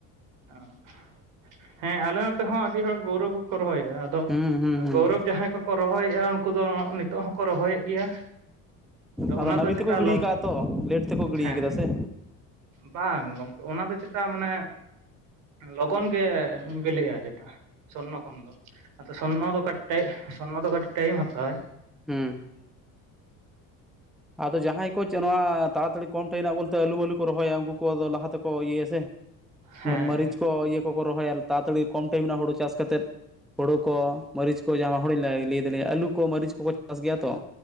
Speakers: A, on the right; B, in the centre.
A: ᱚ, ᱦᱮᱸ ᱟᱞᱮ ᱱᱚᱛᱮ ᱦᱚᱸ ᱟᱹᱰᱤ ᱦᱚᱲ ᱜᱚᱨᱚᱵᱽ ᱠᱚᱠᱚ ᱨᱚᱦᱚᱭᱮᱜ-ᱟ, ᱟ ᱫᱚ,
B: ᱦᱩᱸ ᱦᱩᱸ
A: ᱮᱸ
B: ᱦᱩᱸ
A: ᱜᱳᱨᱚᱵᱽ ᱡᱟᱦᱟᱸᱭ ᱠᱚᱠᱚ ᱨᱚᱦᱚᱭᱮᱜᱼᱟ ᱩᱱᱠᱩ ᱫᱚ ᱱᱤᱛᱚᱜ ᱦᱚᱸᱠᱚ ᱨᱚᱦᱚᱭᱮᱫ ᱜᱮᱭᱟ᱾
B: ᱟᱫᱚ
A: ᱚᱱᱟ
B: ᱱᱟᱹᱵᱤ
A: ᱫᱚ ᱪᱮᱛᱟ
B: ᱛᱮᱠᱚ ᱜᱤᱲᱤ
A: ᱞᱚ
B: ᱠᱟᱜᱼᱟ ᱛᱚ, ᱞᱮᱹᱴ ᱛᱮᱠᱚ ᱜᱤᱲᱤ
A: ᱦᱮᱸ
B: ᱠᱟᱫᱟ ᱥᱮ᱾
A: ᱵᱟᱝ ᱜᱚᱝᱠᱮ ᱚᱱᱟ ᱫᱚ ᱪᱮᱛᱟ ᱢᱟᱱᱮ ᱞᱚᱜᱚᱱ ᱜᱮ ᱵᱮᱞᱮᱜᱼᱟ ᱪᱮᱛᱟᱹ ᱥᱚᱨᱱᱚ ᱠᱷᱚᱱ ᱫᱚ ᱟᱫᱚ ᱥᱚᱨᱱᱚ ᱫᱚ ᱠᱟᱹᱴᱤᱡ ᱴᱟᱭ ᱥᱚᱨᱱᱚ ᱫᱚ ᱠᱟᱹᱴᱤᱡ ᱴᱟᱭᱤᱢ ᱦᱟᱛᱟᱣᱟᱭ᱾
B: ᱦᱩᱸ᱾ ᱟᱫᱚ ᱡᱟᱦᱟᱸᱭ ᱠᱚ ᱪᱮᱜ ᱱᱚᱣᱟ ᱛᱟᱲᱟ ᱛᱟᱲᱤ ᱠᱚᱢ ᱴᱟᱭᱤᱱᱟᱜ ᱵᱚᱞᱛᱮ ᱟᱹᱞᱩ ᱢᱟᱹᱞᱩ ᱠᱚ ᱨᱚᱦᱚᱭᱟ ᱩᱝᱠᱩ ᱠᱚ ᱟᱫᱚ ᱞᱟᱦᱟ ᱛᱮᱠᱚ ᱤᱭᱟᱹᱭᱟ ᱥᱮ,
A: ᱦᱮᱸ
B: ᱡᱮᱢᱚᱱ ᱢᱟᱹᱨᱤᱪ
A: ᱦᱮᱸ
B: ᱠᱚ ᱤᱭᱟᱹ ᱠᱚᱠᱚ ᱨᱚᱦᱚᱭᱟ ᱛᱟᱲᱟᱼᱛᱟᱲᱤ ᱠᱚᱢ ᱴᱟᱭᱤᱢ ᱨᱮᱱᱟᱜ ᱦᱩᱲᱩ ᱪᱟᱥ ᱠᱟᱛᱮᱫ ᱦᱳᱲᱳ ᱠᱚ, ᱢᱟᱹᱨᱤᱪ ᱠᱚ, ᱡᱟᱦᱟᱸ <unintelligible> ᱞᱟᱹᱭ ᱫᱟᱲᱮᱭᱟᱜᱼᱟ ᱟᱹᱞᱩ ᱠᱚ, ᱢᱟᱹᱨᱤᱪ ᱠᱚᱠᱚ ᱪᱟᱥ ᱜᱮᱭᱟ ᱛᱚ᱾